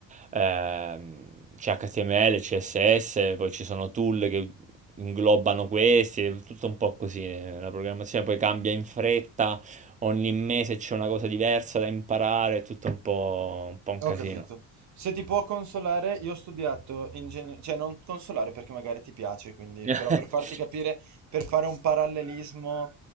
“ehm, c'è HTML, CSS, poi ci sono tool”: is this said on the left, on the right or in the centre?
Right